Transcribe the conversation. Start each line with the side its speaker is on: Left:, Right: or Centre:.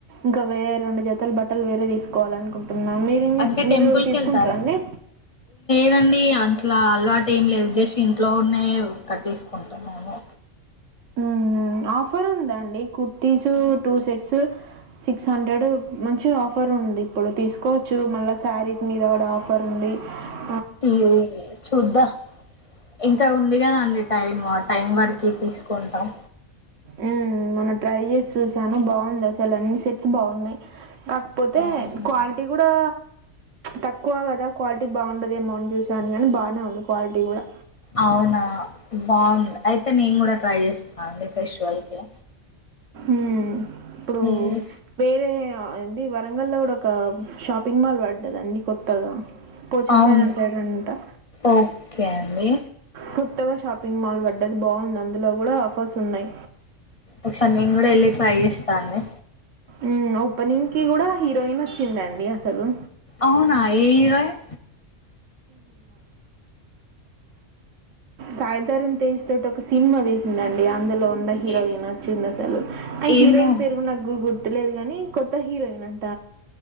Right: ఇంకా వేరే రెండు జ జతలు బట్టలు వేరే తీసుకోవాలనుకుంటున్నా మీరేం
Left: అంటే
Right: మీరు
Left: టెంపుల్
Right: తీసుకుంటార
Left: కి వెళ్తారా
Right: అండి
Left: లేదండి అట్ల అలవాటు ఏం లేదు జస్ట్ ఇంట్లో ఉన్నాయే కట్టేసుకుంటాం మేము
Right: మ్మ్ హ్హ్ ఆఫర్ ఉందా అండి kurtis two sets six hundred మంచి ఆఫర్ ఉంది ఇప్పుడు తీసుకోవచ్చు మళ్ళా శారీస్ మీద కూడా ఆఫర్ ఉంది మ్
Left: తీ చూద్దాం ఇంకా ఉంది కదా అంది టైం ఆ టైం వరకు తీసుకుంటాం
Right: మ్మ్ మనం ట్రై చేసి చూసాను బాగుంది అసలనేసి అన్ని సెట్స్ బాగున్నాయి కాకపోతే
Left: అవునా
Right: క్వాలిటీ కూడా తక్కువ కదా క్వాలిటీ బాగుండదేమో అని చూసాను కానీ బాగానే ఉంది క్వాలిటీ కూడా
Left: అవునా బాగుందా అయితే నేను కూడా ట్రై చేస్తాను అండి ఫెస్టివల్ కి
Right: మ్మ్ హ్ ఇప్పుడు
Left: హ్మ్,
Right: వేరే ఆ అండి వరంగల్ లో కూడా ఒక షాపింగ్ మాల్ పడ్డది అండి కొత్తగా పోచమైదాన్
Left: అవును
Right: సైడ్ అనుకుంటా
Left: ఓకే అండి
Right: కొత్తగా షాపింగ్ మాల్ పడ్డది బాగుంది అందులో కూడా ఆఫర్స్ ఉన్నాయి
Left: ఒకసారి నేను కూడా వెళ్ళి ట్రై చేస్తా అండి
Right: మ్మ్ ఓపెనింగ్ కి కూడా హీరోయిన్ వచ్చిందండి అసలు
Left: అవునా ఏ హీరోయిన్
Right: సాయిధారమ్ తేజ్ తోటి ఒక సినిమా తీసిందండి అందులో హీరోయిన్
Left: ఏ-
Right: వచ్చింది అసలు ఆ
Left: ఏమో
Right: హీరోయిన్ పేరు నాకు్ గుర్తులేదు గాని కొత్త హీరోయిన్ అంట